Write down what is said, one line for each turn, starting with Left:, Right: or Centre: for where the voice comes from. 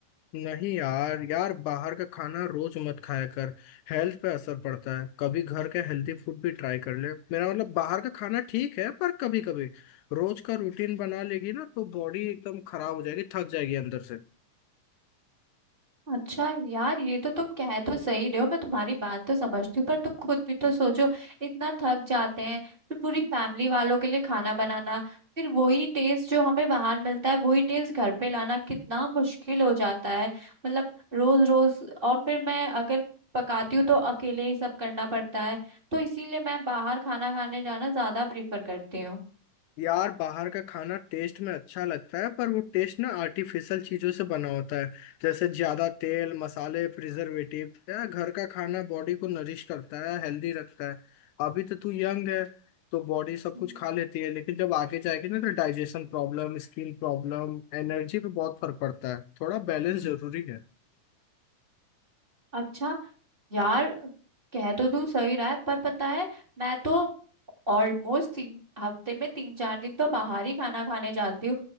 Left: नहीं यार यार बाहर का खाना रोज मत खाया कर हेल्थ पे असर पड़ता है कभी घर का हेल्दी फूड भी ट्राई कर ले मेरा मतलब बाहर का खाना ठीक है पर कभी कभी रोज का रूटीन बना लेगी ना तो बॉडी एकदम खराब हो जाएगी थक जाएगी अंदर से
Right: अच्छा यार ये तो तुम कह तो सही रहे हो मैं तुम्हारी बात तो समझती हूँ पर तुम खुद भी तो सोचो इतना थक जाते हैं फिर पूरी फैमिली वालों के लिए खाना बनाना फिर वही टेस्ट जो हमें बाहर मिलता है वही टेस्ट घर पे लाना कितना मुश्किल हो जाता है मतलब रोज रोज और फिर मैं अगर पकाती हूँ तो अकेले ही सब करना पड़ता है तो इसीलिए मैं बाहर खाना खाने जाना ज्यादा प्रीफर करती हूँ
Left: यार बाहर का खाना टेस्ट में अच्छा लगता है पर वो टेस्ट ना आर्टिफिशियल चीजों से बना होता है जैसे ज्यादा तेल मसाले प्रिजर्वेटिव यार घर का खाना बॉडी को नरिश करता है हेल्दी रखता है अभी तो तू यंग है तो बॉडी सब
Right: हम्म।
Left: कुछ खा लेती है लेकिन जब आगे जाएगी ना तो digestion problem skin problem energy पे बहुत फर्क पड़ता है थोड़ा बैलेंस जरूरी है
Right: अच्छा यार कह तो तू सही रहा है पर पता है मैं तो ऑलमोस्ट तीन हफ्ते में तीन चार दिन तो बाहर ही खाना खाने जाती हूँ